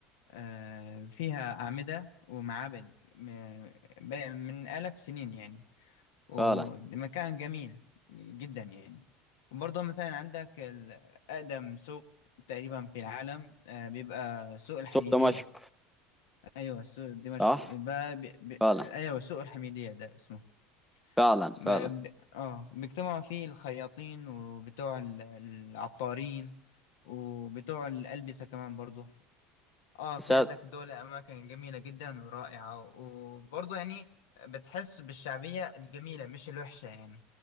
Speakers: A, on the left; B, in the centre.
A: آه، فيها أعمدة ومعابد م- ب- من آلاف سنين يعني ومكان
B: فعلا
A: جميل جدا يعني وبرضه مثلا عندك ال- أقدم سوق تقريبا في العالم آه، بيبقى سوق الحميدية
B: سوق دمشق
A: أيوة سوق دمشق
B: صح
A: يبقى بي... بي...
B: فعلا
A: أيوة سوق الحميدية ده اسمه
B: فعلا فعلا
A: ما ب... اه بيجتمعوا فيه الخياطين وبتوع ال- العطارين وبتوع الألبسة كمان برضه اه
B: سا-
A: في عندك دول أماكن جميلة جدا ورائعة وبرضه يعني بتحس بالشعبية الجميلة مش الوحشة يعني